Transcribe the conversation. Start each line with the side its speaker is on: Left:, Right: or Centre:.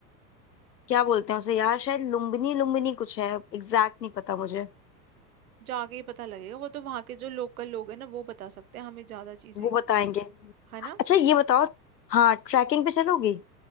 Left: क्या बोलते हैं उसे यार शायद लुम्बिनी लुम्बिनी कुछ है एग्जैक्ट नहीं पता मुझे
Right: जाके ही पता लगेगा वो तो वहां के जो लोकल लोग हैं ना वो बता सकते हैं हमें ज्यादा चीजें
Left: वो बताएंगे
Right: है ना
Left: अच्छा ये बताओ हाँ ट्रैकिंग पे चलोगी